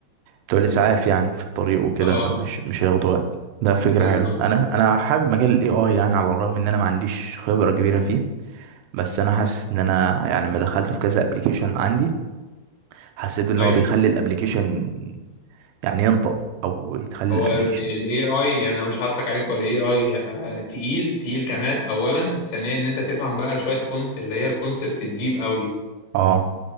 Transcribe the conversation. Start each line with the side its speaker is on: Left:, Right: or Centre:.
Right: بتوع الإسعاف يعني في الطريق وكده
Left: اه
Right: فمش مش هياخدوا وقت ده فكرة
Left: بالظبط
Right: حلوة أنا أنا حابب مجال ال AI يعني على الرغم إن أنا ما عنديش خبرة كبيرة فيه بس أنا حاسس إن أنا يعني لما دخلته في كذا ابلكيشن عندي حسيت إن
Left: ايوه
Right: هو بيخلي الابلكيشن يعني ينطق أو يتخلي
Left: هو
Right: الابلكيشن
Left: ال AI يعني أنا مش هضحك عليك هو ال AI آه، تقيل تقيل كماس أولا ثانيا إن أنت تفهم بقى شوية كونس اللي هي الكونسبت الديب قوي
Right: اه